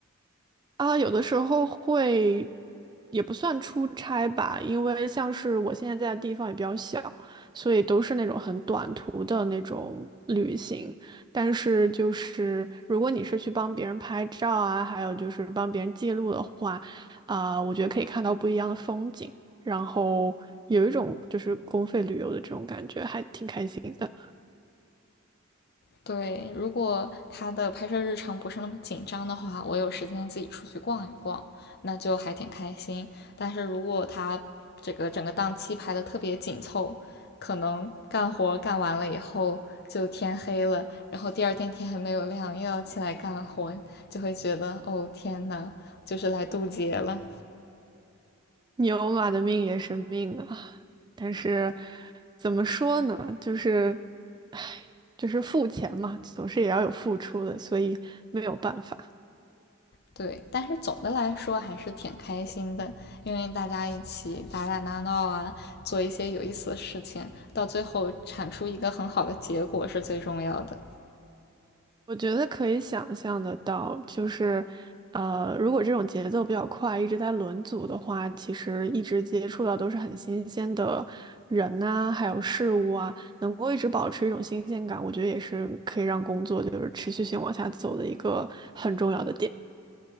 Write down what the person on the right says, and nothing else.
啊，有的时候会，也不算出差吧，因为像是我现在在的地方也比较小，所以都是那种很短途的那种旅行。但是就是，如果你是去帮别人拍照啊，还有就是帮别人记录的话，啊、我觉得可以看到不一样的风景，然后有一种就是公费旅游的这种感觉，还挺开心的。
牛马的命也是命啊，但是怎么说呢，就是，唉，就是付钱嘛，总是也要有付出的，所以没有办法。
我觉得可以想象得到，就是，呃，如果这种节奏比较快，一直在轮组的话，其实一直接触到都是很新鲜的人呐、还有事物啊，能够一直保持一种新鲜感，我觉得也是可以让工作就是持续性往下走的一个很重要的点。